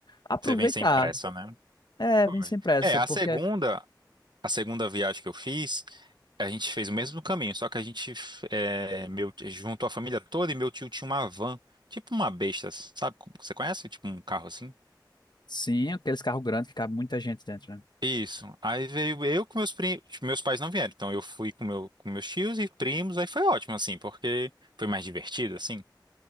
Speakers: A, on the left; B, on the right.
A: aproveitar.
B: Você vem sem pressa, né?
A: É,
B: Foi.
A: vem sem pressa,
B: É, a
A: porque
B: segunda, a segunda viagem que eu fiz, a gente fez o mesmo caminho, só que a gente é, meu, juntou a família toda e meu tio tinha uma van, tipo uma besta, sabe? como- Você conhece? Tipo um carro assim?
A: sim, aqueles carros grandes que cabe muita gente dentro, né?
B: Isso. Aí veio eu com meus primos, meus pais não vieram, então eu fui com, meu, com meus tios e primos, aí foi ótimo, assim, porque foi mais divertido, assim.